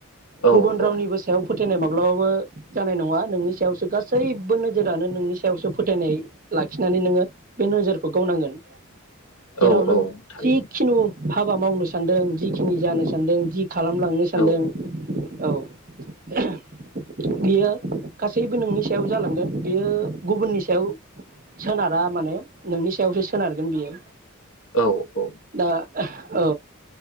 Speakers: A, on the left; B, on the right.
A: औ
B: गुबुन रावनिबो
A: औ
B: सायाव फोथ थेनाय माब्लाबाबो जानाय नङा नोंनि सायाव सो गासैबो नोजोरानो नोंनि सायावसो फोथायनाय लाखिनानै नोङो बे नोजोरखौ गावनांगोन।
A: औ
B: जेराव नों
A: औ थारैनो
B: जिखिनु हाबा मावनो सानदों जिखिनि जानो सानदों जि खालामलांनो सानदों
A: औ
B: औ बियो गास सैबो नोंनि सायाव जालांगोन बियो गुबुननि सायाव सोनारा माने नोंनि सायावसो सोनारगोन बियो।
A: औ अ
B: दा औ